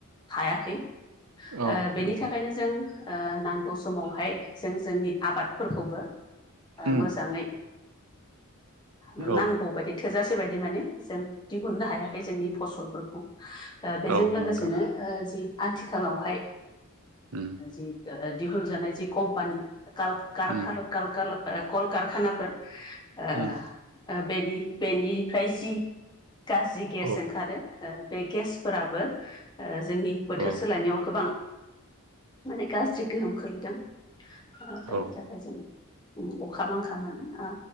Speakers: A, on the left (about 20°); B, on the right (about 75°).
A: हायाखै
B: औ
A: ओ बेनि
B: नोंथां
A: थाखायनो जों ओ नांगौ समावहाय जों जोंनि आबादफोरखौबो ओ
B: उम
A: मोजाङै ओ
B: औ
A: नांगौबाय थोजासे बायदि माने जों दिहुननो हायाखै जोंनि फसलफोरखौ बेजों
B: औ
A: लोगोसेनो
B: नोंथां
A: ओ जि आथिखालावहाय
B: ओम
A: जि दिहुन जानाय जि कम्पानि काल कारखाना
B: उम
A: कल कारखानाफोर ओ
B: उम
A: ओ बेनि बेनिफ्राय जि गाज्रि गेस
B: औ
A: ओंखारो ओ बे गेसफोराबो जोंनि बोथोर
B: औ
A: सोलायनायाव गोबां माने गाज्रि गोहोम खोलैदों ओ जायनि
B: औ नोंथां
A: थाखाय जों अखा बांखा मोनो